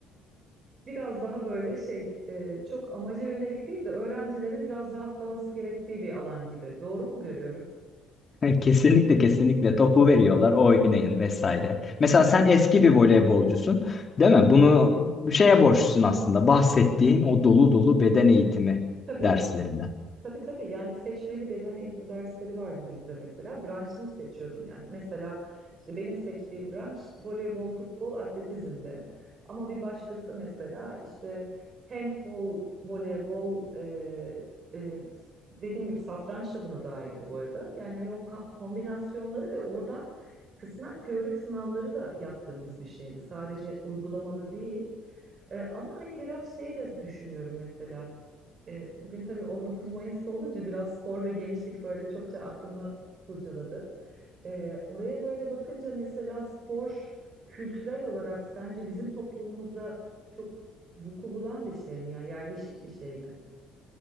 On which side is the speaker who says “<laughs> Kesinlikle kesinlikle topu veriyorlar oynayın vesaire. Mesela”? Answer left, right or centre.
Left